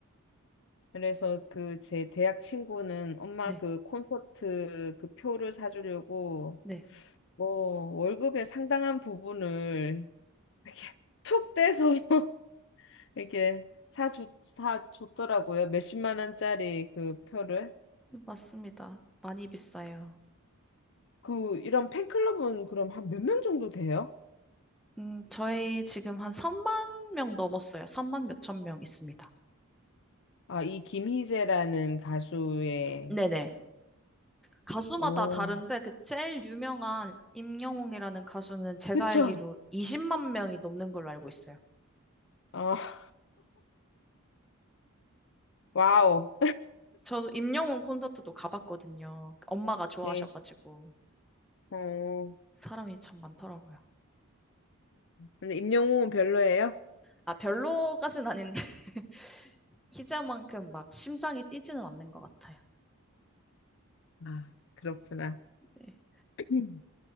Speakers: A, on the left; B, in the centre.
A: 그래서 그 제 대학 친구는 엄마
B: 네,
A: 그 콘서트 그 표를 사주려고
B: 네.
A: 뭐 월급의 상당한 부분을 이렇게 툭 떼서 <laughs> 이렇게 사주 사줬더라고요. 몇십만 원짜리 그 표를.
B: 맞습니다. 많이 비싸요.
A: 그 이런 팬클럽은 그럼 한 몇 명 정도 돼요?
B: 음, 저희 지금 한 3만 명 넘었어요. 3만 몇천 명 있습니다.
A: 아, 이 김희재라는 가수의
B: 네네. 가수마다
A: 오,
B: 다른데 그 제일 유명한 임영웅이라는 가수는 제가
A: 그쵸?
B: 알기로 20만 명이 넘는 걸로 알고 있어요.
A: 어, <laughs> 와우.
B: 저도 임영웅 콘서트도 가봤거든요. 엄마가 좋아하셔가지고
A: 네. 어, 어.
B: 사람이 참 많더라고요.
A: 근데 임영웅은 별로예요?
B: 아, 별로까진 아닌데 <laughs> 희자만큼 막 심장이 뛰지는 않는 것 같아요.
A: 아, 그렇구나.
B: 네.
A: <clears throat> 음.